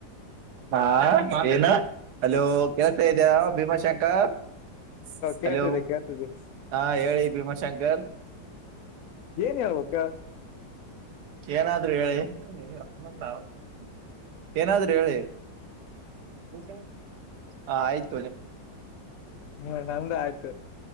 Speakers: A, on the right; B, on the left.
A: ಹಾ ಏನ <inaudible> ಅಲೋ ಕೇಳ್ತಾ ಇದಿಯಾ ಭೀಮಾ ಶಂಕ <unintelligible>
B: ಕೇಳ್ತಿದೆ
A: ಹಲೋ
B: ಕೇಳ್ತಿದೆ
A: ಹಾ ಹೇಳಿ ಭೀಮಾಶಂಕರ್
B: ಏನ್ ಹೇಳಬೇಕ
A: ಏನಾದ್ರರು ಹೇಳಿ <inaudible> ಅ ಏನಾದ್ರರು ಹೇಳಿ. <unintelligible> ಹಾ ಆಯ್ತ
B: <inaudible> ಹ್ಮ ನಂದ ಆಯ್ತು